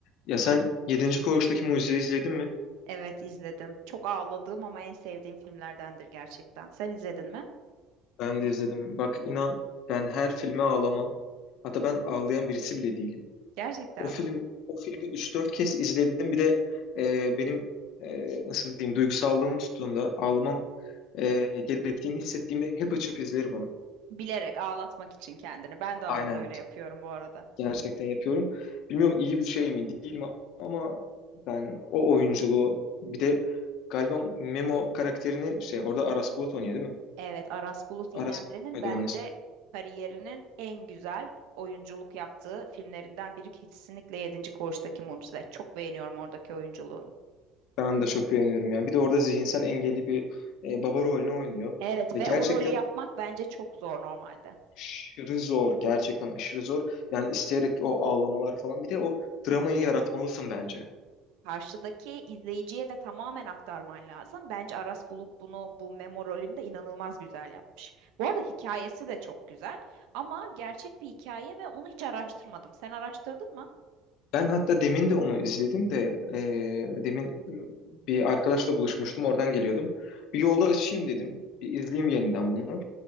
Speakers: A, on the left (about 55°); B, on the right (about 75°).
A: Ya sen yedinci Koğuş'taki Mucize'yi izledin mi?
B: Evet izledim. Çok ağladığım ama en sevdiğim filmlerdendir gerçekten. Sen izledin mi?
A: Ben de izledim. Bak inan ben her filme ağlamam. Hatta ben ağlayan birisi bile değilim.
B: Gerçekten
A: O film
B: mi?
A: o filmi üç dört kez izledim. Bir de e, benim e, nasıl diyeyim duygusallığım tuttuğunda ağlamam e, gerektiğini hissettiğimde hep açıp izlerim onu.
B: Bilerek ağlatmak için kendini. Ben de arada
A: Aynen
B: öyle yapıyorum bu arada.
A: gerçekten yapıyorum. Bilmiyorum iyi bir şey mi değil mi ama ben o oyunculuğu bir de galiba Memo karakterini şey orada Aras Bulut oynuyor değil mi?
B: Evet, Aras Bulut İynemli'nin
A: Aras Bulut muydu
B: bence
A: onun ismi?
B: kariyerinin en güzel oyunculuk yaptığı filmlerinden biri kesinlikle yedinci Koğuştaki Mucize. Çok beğeniyorum oradaki oyunculuğunu.
A: Ben de çok beğeniyorum ya. Bir de orada zihinsel engelli bir e, baba rolünü oynuyor.
B: Evet
A: Ve
B: ve
A: gerçekten
B: o rolü yapmak bence çok zor normalde.
A: aşırı zor. Gerçekten aşırı zor. Yani isteyerek o ağlamalar falan. Bir de o dramayı yaratmalısın bence.
B: Karşıdaki izleyiciye de tamamen aktarman lazım. Bence Aras Bulut bunu bu Memo rolünde inanılmaz güzel yapmış. Bu arada hikayesi de çok güzel ama gerçek bir hikaye mi onu hiç araştırmadım. Sen araştırdın mı?
A: Ben hatta demin de onu izledim de e, demin bir arkadaşla buluşmuştum. Oradan geliyordum. Bir yolda açayım dedim. Bir izleyeyim yeniden bunu.